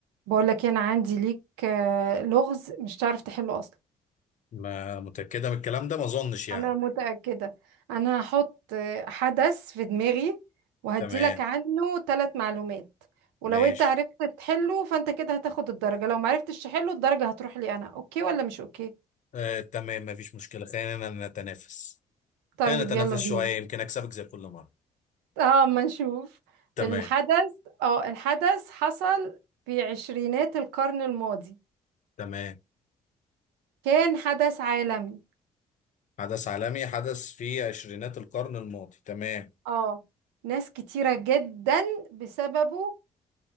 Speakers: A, on the right; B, on the left.
A: بقول لك إيه، انا عندي ليك آه، لغز مش تعرف تحله اصلا
B: ما متأكدة من الكلام ده ما أظنش يعني
A: انا متأكدة انا هحط آه، حدث في دماغي وهدي
B: تمام
A: لك عنه ثلاث معلومات ولو
B: ماشي
A: انت عرفت تحله فانت كده هتاخد الدرجة لو ما عرفتش تحله الدرجة هتروح لي انا اوكي ولا مش اوكي
B: آه تمام مفيش مشكلة خلينا نتنافس
A: طيب
B: خلينا نتنافس
A: يلا بينا
B: شوية يمكن أكسبك زي كل مرة
A: اه ما نشوف
B: تمام
A: الحدث اه الحدث حصل في عشرينات القرن الماضي
B: تمام
A: كان حدث عالمي
B: حدث عالمي حدث في عشرينات القرن الماضي تمام
A: اه ناس كتيرة جدا بسببه